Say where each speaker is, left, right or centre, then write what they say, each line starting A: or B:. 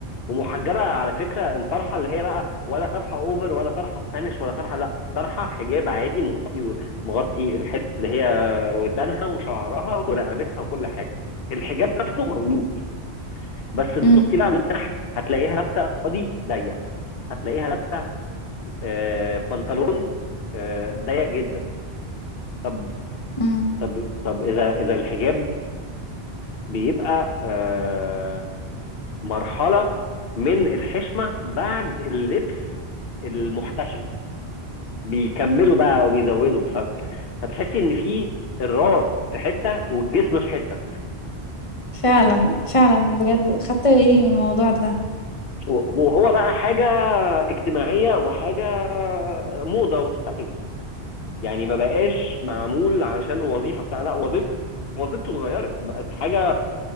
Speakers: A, on the left (about 65°); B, on the left (about 35°).
A: ومحجبه على فكره الطرحه اللي هي بقى ولا طرحه اوفر ولا طرحه سبانيش ولا طرحه لا طرحه حجاب عادي مغطي مغطي الحته اللي هي ودانها وشعرها ورقبتها وكل حاجه الحجاب نفسه موجود بس تبصي
B: امم
A: بقى من تحت هتلاقيها لابسه قاضي ضيق هتلاقيها لابسه آه، بنطلون آه، ضيق جدا طب
B: امم
A: طب طب اذا اذا الحجاب بيبقى آه، مرحلة من الحشمة بعد اللبس المحتشم بيكملوا بقى وبيزودوا ف... فتحسي ان في الراس في حتة والجسم في حتة
B: فعلا فعلا بجد خدت بالي من الموضوع ده
A: وهو بقى حاجة اجتماعية وحاجة موضة وستايل يعني ما بقاش معمول عشان الوظيفة بتاع لا وظيفته وظيفته اتغيرت بقت حاجة